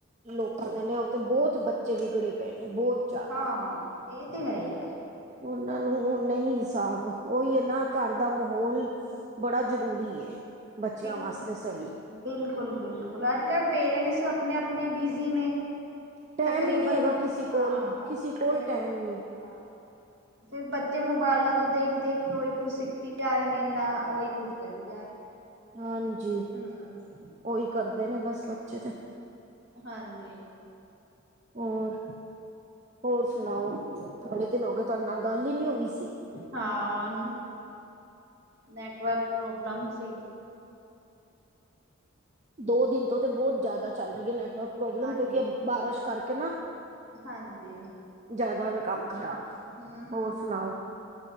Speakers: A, on the right; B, on the right.
A: ਲੋਕਾਂ ਦੇ ਨੇ, ਉਹ ਤੇ ਬਹੁਤ ਬੱਚੇ ਵਿਗੜੇ। ਦੇ, ਨੇ ਬਹੁਤ ਜ਼ਿਆਦਾ।
B: ਹਾਂ ਇਹ ਤੇ ਹੈ ਹੀ ਹੈ
A: ਉਹਨਾਂ ਨੂੰ, ਨਹੀਂ ਹਿਸਾਬ ਉਹੀਂ ਹੈ ਨਾ, ਘਰ ਦਾ ਮਾਹੌਲ ਬੜਾ ਜ਼ਰੂਰੀ ਹੈ। ਬੱਚਿਆਂ
B: ਬਿਲਕੁਲ
A: ਵਾਸਤੇ
B: ਜੀ
A: ਸਹੀ।
B: ਬਿਲਕੁਲ- ਬਿਲਕੁਲ, ਅੱਜ -ਕੱਲ੍ਹ ਪੇਰੈਂਟਸ, ਆਪਣੇ -ਆਪਣੇ ਬਿਜ਼ੀ ਨੇ।
A: ਟਾਈਮ
B: ਤਕਰੀਬਨ
A: ਹੀ ਨਹੀਂ ਹੈਗਾ, ਕਿਸੀ ਕੋਲ,
B: ਹਾਂ
A: ਕਿਸੀ ਕੋਲ
B: ਪੇਰੈਂਟਸ
A: ਟਾਈਮ ਨਹੀਂ।
B: ਹਾਂ, ਫਿਰ ਬੱਚੇ ਮੋਬਾਈਲਾਂ ਤੋਂ, ਦੇਖ- ਦੇਖ ਕੇ, ਉਹੀ ਕੁਝ ਸਿੱਖ ਸਿੱਖੀ ਜਾ, ਰਹੇ ਨੇ ਨਾ ਉਹੀ ਕੁਝ ਕਰੀ ਜਾ ਰਹੇ
A: ਹਾਂਜੀ,
B: ਹਮ
A: ਉਹੀ ਕਰਦੇ ਨੇ, ਬਸ ਬੱਚੇ ਤੇ।
B: ਹਾਂਜੀ।
A: ਹੋਰ, ਹੋਰ ਸੁਣਾਓ? ਬੜੇ ਦਿਨ ਹੋ ਗਏ। ਤੁਹਾਡੇ ਨਾਲ, ਗੱਲ ਹੀ ਨਹੀਂ ਹੋਈ ਸੀ।
B: ਹਾਂ, ਨੈਟਵਰਕ ਪ੍ਰੋਬਲਮ ਸੀ।
A: ਦੋ ਦਿਨ ਤੋਂ, ਤੇ ਬਹੁਤ ਜ਼ਿਆਦਾ ਚੱਲ ਰਹੀ ਹੈ, ਨੈਟਵਰਕ ਪ੍ਰੋਬਲਮ,
B: ਹਾਂਜੀ
A: ਕਿਉਂਕਿ ਬਾਰਿਸ਼ ਕਰਕੇ ਨਾ
B: ਹਾਂਜੀ।
A: ਜ਼ਿਆਦਾ ਵੇ ਕੰਮ ਖਰਾਬ,
B: ਹਮ ਹਮ
A: ਹੋਰ
B: ਹਮ
A: ਸੁਣਾਓ?